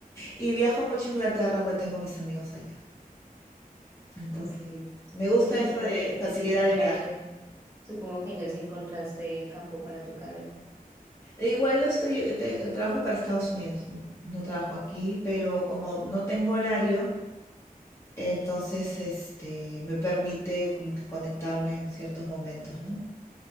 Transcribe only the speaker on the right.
Ok.
Y supongo
que ya
sí encontraste,
supongo que ya sí encontraste campo para tu carrera.